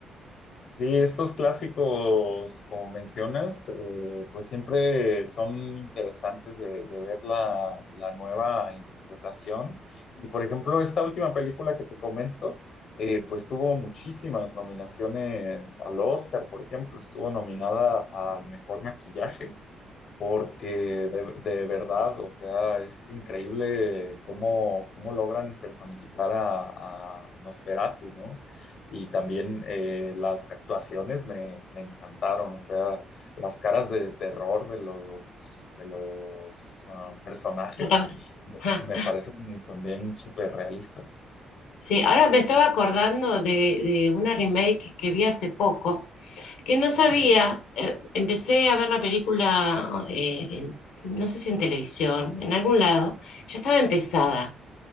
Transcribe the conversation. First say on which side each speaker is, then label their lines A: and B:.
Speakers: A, on the left; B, on the left.
A: Sí, estos clásicos, como mencionas, eh, pues siempre son interesantes de, de ver la, la nueva interpretación. Y por ejemplo, esta última película que te comento, eh, pues tuvo muchísimas nominaciones al Oscar, por ejemplo, estuvo nominada al mejor maquillaje porque de, de verdad, o sea, es increíble cómo, cómo logran personificar a, a Nosferatu, ¿no? Y también eh, las actuaciones me, me encantaron, o sea, las caras de terror de los, de los ah, personajes
B: Claro.
A: me
B: <laughs>
A: me parecen también súper realistas.
B: Sí, ahora me estaba acordando de, de una remake que vi hace poco, que no sabía,
A: Ujú.
B: eh, empecé a ver la película, eh, en- no sé si en televisión, en algún lado, ya estaba empezada.